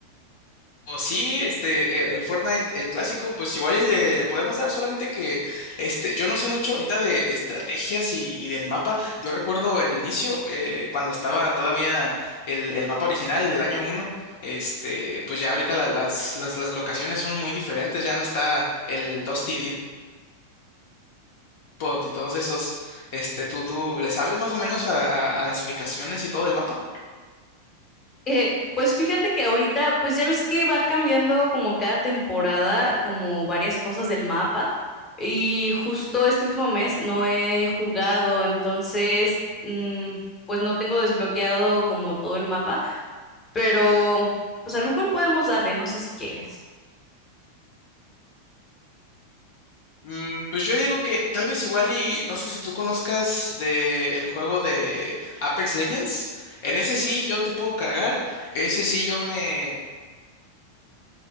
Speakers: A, on the left; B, on the left.
A: O sí, este, el, el Fortnite, el clásico, pues igual y le, le podemos dar, solamente que este, yo no sé mucho ahorita de, de estrategias y, y del mapa. Yo recuerdo en el inicio, eh, cuando estaba todavía el, el mapa original del año uno, este, pues ya ahorita la- las, las, las locaciones son muy diferentes, ya no está el Dusty Depot y todos esos. Este, ¿tú, tú le sabes más o menos a, a a las ubicaciones y todo el mapa?
B: Eh, pues fíjate que ahorita, pues ya ves que va cambiando como cada temporada, como varias cosas del mapa. Y justo este último mes no he jugado, entonces, mm, pues no tengo desbloqueado como todo el mapa, pero pues a lo mejor podemos darle, no sé si quieres.
A: Mm, pues yo digo que tal vez igual y no sé si tú conozcas de el juego de Apex Legends. En ese sí yo te puedo cargar. Ese sí yo me,